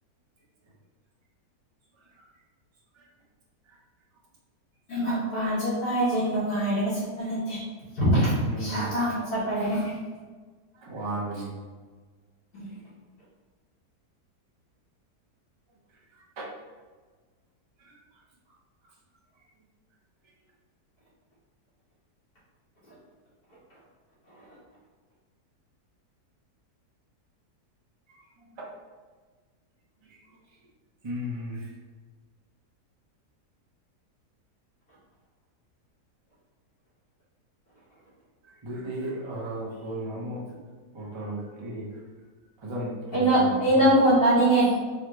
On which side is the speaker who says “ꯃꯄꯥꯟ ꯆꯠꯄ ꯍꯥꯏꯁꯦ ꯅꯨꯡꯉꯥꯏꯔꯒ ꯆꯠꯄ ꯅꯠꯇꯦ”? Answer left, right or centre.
Left